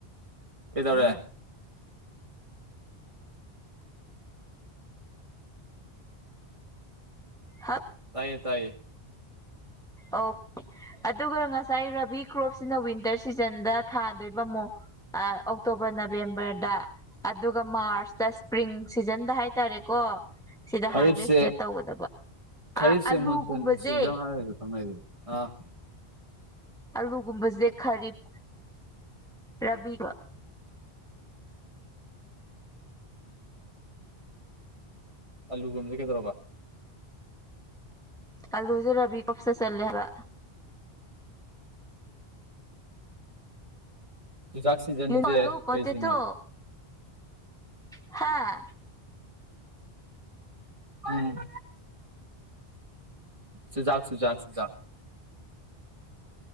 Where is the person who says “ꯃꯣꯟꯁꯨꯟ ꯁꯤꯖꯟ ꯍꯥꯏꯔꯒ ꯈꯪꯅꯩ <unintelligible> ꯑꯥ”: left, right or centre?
Right